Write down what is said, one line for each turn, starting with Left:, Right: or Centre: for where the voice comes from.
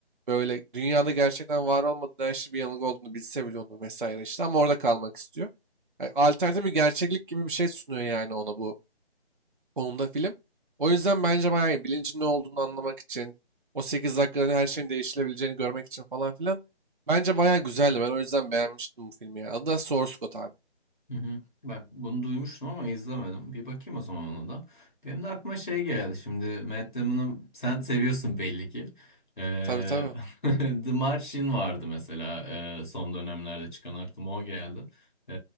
Right: Böyle dünyada gerçekten var olmadığı her şey bir yanılgı olduğunu bilse bile onu vesaire işte ama orada kalmak istiyor. Yani alternatif bir gerçeklik gibi bir şey sunuyor yani ona bu konuda film. O yüzden bence bayağı iyi. Bilincin ne olduğunu anlamak için, o 8 dakikada her şeyin değişilebileceğini görmek için falan filan. Bence bayağı güzeldi. Ben o yüzden beğenmiştim bu filmi yani. Adı da Source Code abi.
Left: Hı hı. Bak bunu duymuştum ama izlemedim. Bir bakayım o zaman ona da. Benim de aklıma şey geldi. Şimdi Matt Damon'ı sen seviyorsun belli ki. Ee,
Right: Tabii tabii.
Left: <laughs> The Martian vardı mesela ee, son dönemlerde çıkan aklıma o geldi. Ee,